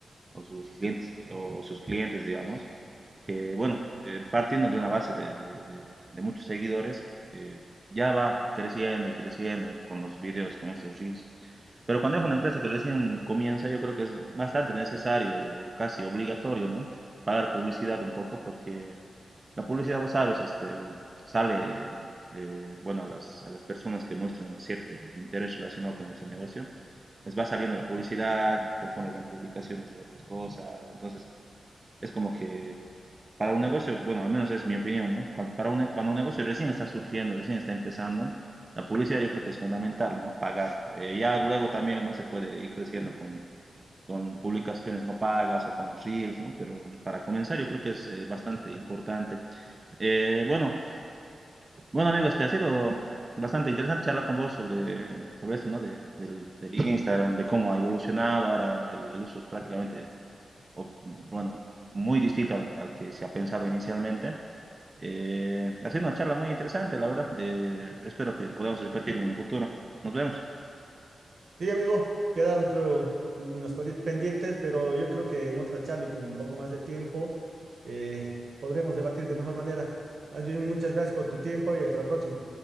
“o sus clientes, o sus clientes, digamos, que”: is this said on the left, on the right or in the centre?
Right